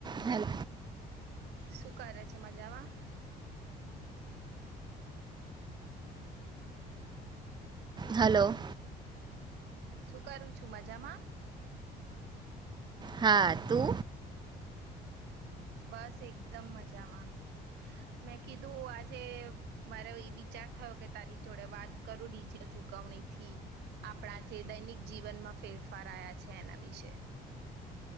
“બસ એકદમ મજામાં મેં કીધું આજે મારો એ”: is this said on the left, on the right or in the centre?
Right